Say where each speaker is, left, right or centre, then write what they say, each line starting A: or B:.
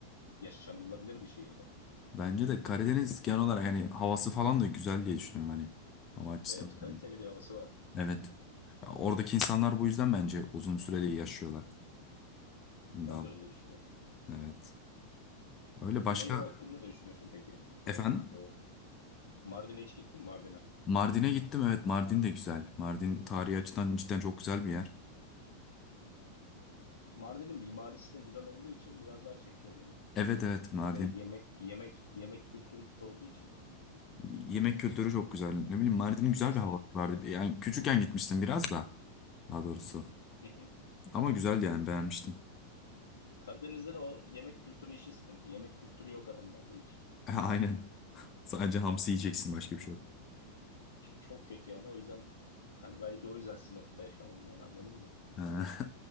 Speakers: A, on the left (about 65°); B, on the left (about 30°).
A: yaşanılabilir bir şehirde.
B: Bence de Karadeniz genel olarak yani havası falan da güzel diye düşünüyorum hani. Hava açısından.
A: Evet kaliteli
B: da iyi.
A: bir havası var.
B: Evet. Ya oradaki insanlar bu yüzden bence uzun süreli yaşıyorlar. Daha,
A: Ben de öyle düşünüyorum.
B: evet. Öyle başka
A: Güneydoğu hakkında ne düşünüyorsun peki? Güneydoğu.
B: efendim?
A: Mardin'e hiç gittin mi Mardin'e?
B: Mardin'e gittim evet Mardin de güzel. Mardin tarihi açıdan cidden çok güzel bir yer.
A: Mardin'in mimarisi de güzel olduğu için biraz daha çekiyor beni.
B: Evet evet Mardin
A: Ve yemek yemek yemek kültürü de olduğu için
B: Yemek kültürü çok güzel. Ne bileyim Mardin'in güzel
A: işte
B: bir havası vardı. Yani küçükken gitmiştim biraz da. Daha doğrusu.
A: <laughs>
B: Ama güzeldi yani beğenmiştim.
A: Karadeniz'de de o yemek kültürü işi sıkıntı. Yemek kültürü yok adamlarda hiç.
B: <laughs> Aynen. Sadece hamsi yiyeceksin başka bir şey yok.
A: Ç- çok kötü yani. O yüzden hani belki o yüzden Sinop'ta yaşamam yani anladın mı?
B: Ha.